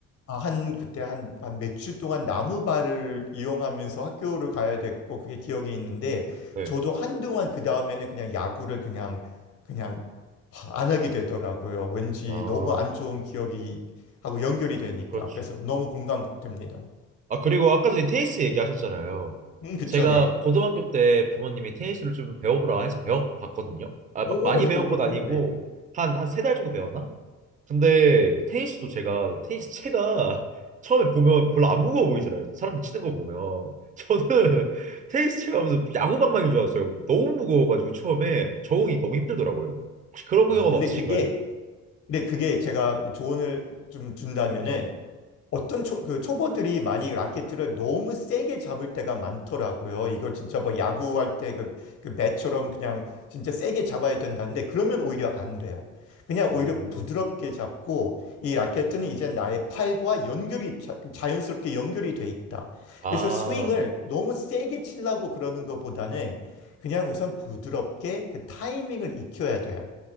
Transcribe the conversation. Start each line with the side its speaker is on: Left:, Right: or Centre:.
Left: 아, 한 그때 한, 한 몇 주 동안 나무발을 이용하면서 학교를 가야 됐고 그게 기억에 있는데
Right: 네.
Left: 저도 한동안 그 다음에는 그냥 야구를 그냥 그냥 하- 안 하게 되더라고요. 왠지
Right: 아.
Left: 너무 안 좋은 기억이 하고 연결이 되니까
Right: 그렇죠.
Left: 그래서 너무 공감됩니다.
Right: 아, 그리고 아까 전에 테니스 얘기하셨잖아요.
Left: 음, 그쵸,
Right: 제가
Left: 네.
Right: 고등학교 때 부모님이 테니스를 좀 배워보라 해서 배워봤거든요. 아, 막
Left: 오,
Right: 많이
Left: 네,
Right: 배운
Left: 어, 그렇군요.
Right: 건 아니고,
Left: 네.
Right: 한, 한 세 달 정도 배웠나? 근데 테니스도 제가, 테니스 채가 <laughs> 처음에 보면 별로 안 무거워 보이잖아요. 사람들 치는 거 보면. 저는 <laughs> 테니스 채가 무슨 야구방망이인 줄 알았어요. 너무 무거워가지고 처음에 적응이 너무 힘들더라고요. 혹시 그런
Left: 아,
Right: 경험
Left: 근데
Right: 없으신가요?
Left: 그게, 근데 그게 제가 뭐 조언을 좀 준다면은 어떤 초, 그 초보들이 많이 라켓을 너무 세게 잡을 때가 많더라고요. 이걸 진짜 뭐 야구할 때 그, 그 배처럼 그냥 진짜 세게 잡아야 된다는데 그러면 오히려 안 돼요. 그냥 오히려
Right: 음,
Left: 부드럽게 잡고 이 라켓은 이제 나의 팔과 연결이 자, 연스럽게 연결이 돼 있다.
Right: 아,
Left: 그래서 스윙을 너무 세게 치려고 그러는 것보다는 그냥 우선 부드럽게 그 타이밍을 익혀야 돼요.